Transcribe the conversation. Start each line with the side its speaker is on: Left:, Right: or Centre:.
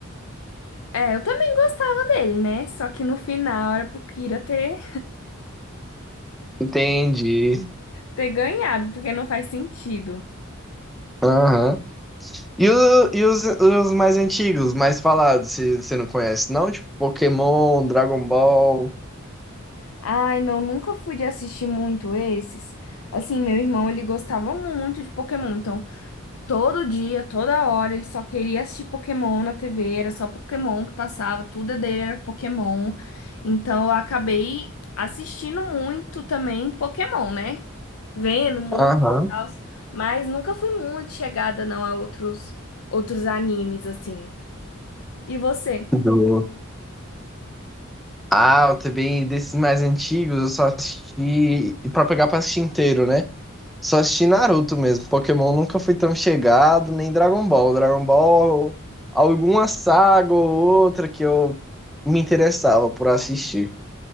Left: É, eu também gostava dele, né? Só que no final era pro Kira ter,
Centre: Entendi.
Left: ter ganhado, porque não faz sentido.
Centre: Aham. E, o- e os, os mais antigos, mais falados, se você não conhece, não? Tipo, Pokémon, Dragon Ball.
Left: Ai, não, nunca fui de assistir muito esses. Assim, meu irmão, ele gostava muito de Pokémon, então todo dia, toda hora, ele só queria assistir Pokémon na TV, era só Pokémon que passava, tudo é dele era Pokémon. Então eu acabei assistindo muito também Pokémon, né? Vendo muito
Centre: Aham.
Left: e tal, mas nunca fui muito chegada não a outros outros animes assim. E você?
Centre: Do... Ah, eu também, desses mais antigos, eu só assisti. E pra pegar pra assistir inteiro, né? Só assisti Naruto mesmo. Pokémon nunca fui tão chegado, nem Dragon Ball. Dragon Ball, alguma saga ou outra que eu me interessava por assistir.